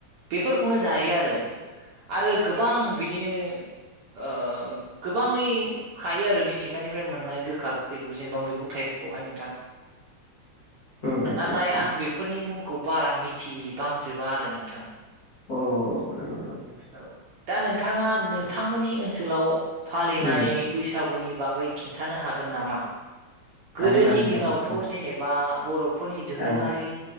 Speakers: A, on the right (about 75°); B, on the left (about 90°).
A: बेफोरखौनो जायो आरो। आरो गोबां बिदिनो ओ गोबाङै थायो आरो मि थिंगानिफ्राय मोननाय गोखा गोखैखौ जेनेबा मैगं थाइगंखौहाय नोंथां।
B: उम आतसा
A: नाथाय
B: आतसा
A: आं बेफोरनि मुंखौ बारा मिथिबांजोबा आरो नोंथां।
B: अह <unintelligible>
A: औ दा नोंथाङा नोंथांमोननि ओनसोलाव फालिनाय
B: उम
A: बैसागुनि बागै खिन्थानो हागोन नामा गोदोनि
B: हागोनानो
A: दिनावथ'
B: दे नोंथां
A: जेनेबा बर' फोरनि दोरोङारि
B: औ